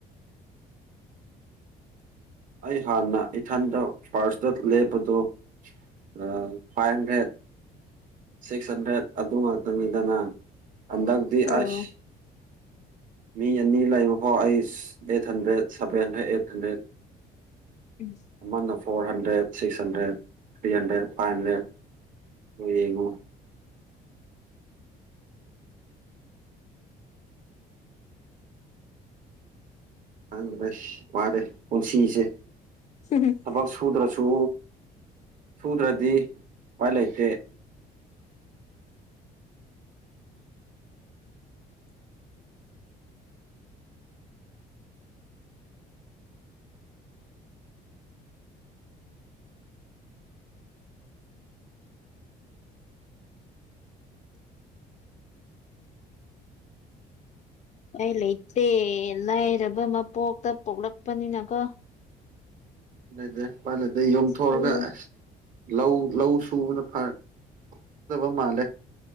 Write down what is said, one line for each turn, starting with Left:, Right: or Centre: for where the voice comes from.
Right: ꯑꯩ ꯍꯥꯟꯅ ꯏꯊꯟꯗ ꯐꯥꯔꯁꯇ ꯂꯦꯞꯄꯗꯣ ꯑ ꯐꯥꯏꯚ ꯍꯟꯗ꯭ꯔꯦꯠ ꯁꯦꯁꯟ ꯗꯥ ꯑꯗꯨ ꯉꯥꯛꯇꯅꯤꯗꯅ ꯍꯟꯗꯛꯇꯤ
Left: ꯑꯣ
Right: ꯑꯁ ꯃꯤ ꯑꯅꯤ ꯂꯩꯕ ꯐꯥꯎ ꯑꯩꯁ ꯑꯩꯠꯍꯟꯗ꯭ꯔꯦꯠ ꯁꯚꯦꯟꯍꯟꯗ꯭ꯔꯦꯠ ꯑꯩꯠ ꯍꯟꯗ꯭ꯔꯦꯠ
Left: <unintelligible>
Right: ꯑꯃꯅ four hundred six hundred three hundred five hundred ꯑꯣꯏ ꯌꯦꯡꯉꯣ <unintelligible> ꯋꯥꯔꯦ ꯄꯨꯟꯁꯤꯁꯦ
Left: <unintelligible>
Right: ꯊꯕꯛ ꯁꯨꯗ꯭ꯔꯁꯨ ꯁꯨꯗ꯭ꯔꯗꯤ ꯎꯄꯥꯏ ꯂꯩꯇꯦ
Left: ꯑꯩ ꯂꯩꯇꯦ ꯂꯥꯏꯔꯕ ꯃꯄꯣꯛꯇ ꯄꯣꯛꯂꯛꯄꯅꯤꯅꯀꯣ
Right: ꯂꯩꯇꯦ ꯎꯄꯥꯏ ꯂꯩꯇꯦ ꯌꯨꯝꯊꯣꯛꯑꯒ
Left: ꯎꯝ
Right: ꯑꯁ ꯂꯧ ꯂꯧ ꯁꯨꯕꯅ ꯐ ꯐꯒꯗꯕ ꯃꯥꯜꯂꯦ